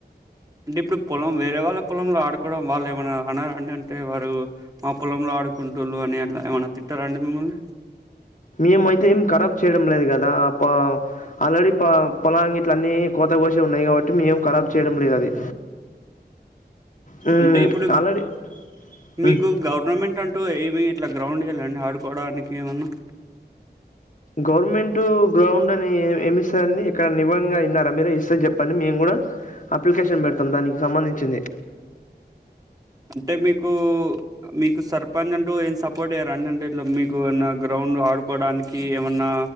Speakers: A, on the right; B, on the left.
A: అంటే ఇప్పుడు పొలం వేరే వాళ్ళ పొలంలో ఆడుకోవడం వాళ్ళు ఏమన్నా అన్నరడి అంటే వారు మా పొలంలో ఆడుకుంటులు అని అట్లా ఏమైన్నా తిట్టారా అండి మిమ్మల్ని
B: మేము అయితే ఏం కరాబ్ చేయడం లేదు గదా ప ఆల్రెడీ పొలాంగి ఇట్ల అన్నీ కొ కొత్త గోషె ఉన్నాయి కాబట్టి మేము కరాబ్ చేయడం లేదు అది హ్మ్.
A: అంటే ఇప్పుడు
B: ఆల్రెడీ హ్మ్.
A: మీకు గవర్నమెంట్ అంటూ ఏమి ఇట్లా గ్రౌండ్ ఇయ్యళ్ళే అండి ఆడుకోడానికి ఏమన్నా
B: గవర్నమెంట్ గ్రౌండ్ అని ఎమీ ఇ అండి ఇక్కడ ఇవ్వంగా విన్నారా మీరు ఇస్తే చెప్పండి మేము గూడా అప్లికేషన్ పెడతాం దానికి సంబంధించింది
A: అంటే మీకు మీకు సర్పంచ్ అంటు ఏం సపోర్ట్ చేయ్యార అండి అంటే ఇట్లా మీకు ఏమన్నా గ్రౌండ్ ఆడుకోవడానికి ఏమన్నా